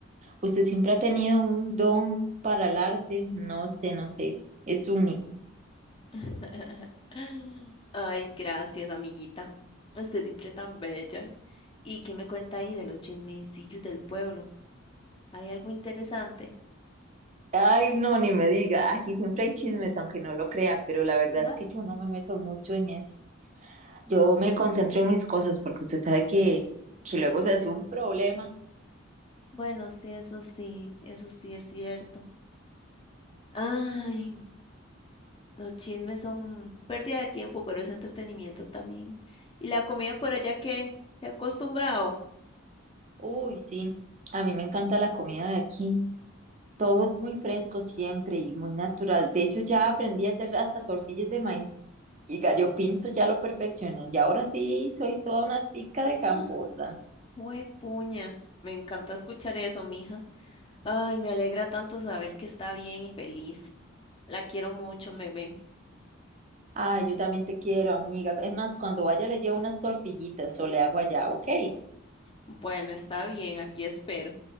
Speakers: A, on the right; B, on the left.
A: Usted siempre ha tenido un don para el arte, no sé, no sé, es único.
B: <laughs> Ay, gracias, amiguita. Usted siempre tan bella. ¿Y qué me cuenta ahí de los chismecillos del pueblo? ¿Hay algo interesante?
A: Ay, no, ni me diga, aquí siempre hay chismes, aunque no lo crea, pero la verdad
B: What?
A: es que yo no me meto mucho en eso. Yo me concentro en mis cosas porque usted sabe que, que luego se hace un problema.
B: Bueno, sí, eso sí, eso sí es cierto. Ay, los chismes son pérdida de tiempo, pero es entretenimiento también. ¿Y la comida por allá qué? ¿Se ha acostumbrado?
A: Uy, sí, a mí me encanta la comida de aquí. Todo es muy fresco siempre y muy natural. De hecho, ya aprendí a hacer hasta tortillas de maíz y gallo pinto, ya lo perfeccioné. Y ahora sí soy toda una tica de campo,
B: <gasps>
A: ¿verdad?
B: puña, me encanta escuchar eso, mija. Ay, me alegra tanto saber que está bien y feliz. La quiero mucho, bebé.
A: Ay, yo también te quiero, amiga. Es más, cuando vaya le llevo unas tortillitas o le hago allá, ¿ok?
B: Bueno, está bien, aquí espero.